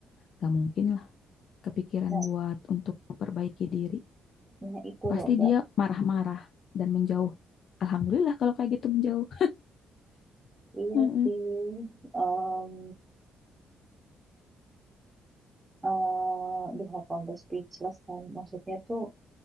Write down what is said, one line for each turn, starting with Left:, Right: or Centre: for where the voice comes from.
Left: nggak mungkin lah kepikiran
Right: Nah,
Left: buat untuk memperbaiki diri
Right: nah itu
Left: pasti
Right: loh enggak.
Left: dia marah-marah dan menjauh alhamdulillah kalau kayak gitu menjauh
Right: Iya
Left: Mm-mm.
Right: sih. Um, eh duh, aku sampai speechless kan. Maksudnya tuh